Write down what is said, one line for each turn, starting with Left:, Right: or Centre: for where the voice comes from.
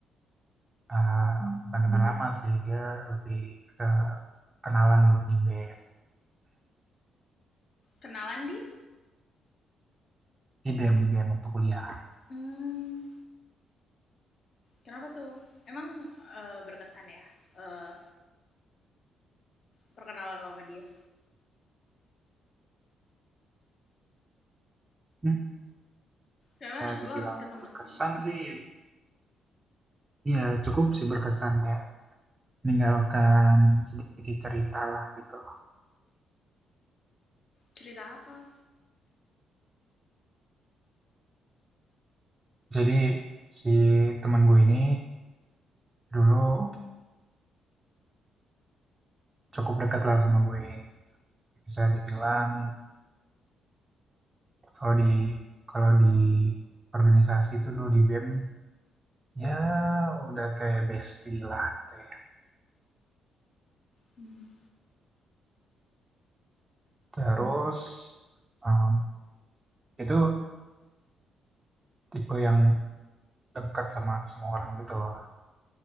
Right: eh, bukan teman lama sih, dia lebih ke kenalan dulu di BM,
Left: Kenalan di?
Right: di BM, di BM waktu kuliah.
Left: Hmm, kenapa tuh? Emang eh, berkesan ya eh, perkenalan lo sama dia?
Right: Hmm.
Left: Karena
Right: Kalau dibilang
Left: lo habis ketemu
Right: berkesan
Left: temen lo.
Right: sih, ya cukup sih berkesan ya. Meninggalkan sedikit cerita lah gitu
Left: Cerita apa?
Right: Jadi si teman gue ini dulu cukup dekat lah sama gue. Bisa dibilang kalau di kalau di organisasi itu dulu di BEM ya udah kayak bestie lah gitu ya.
Left: Hmm,
Right: Terus um, itu tipe yang dekat sama semua orang gitu loh.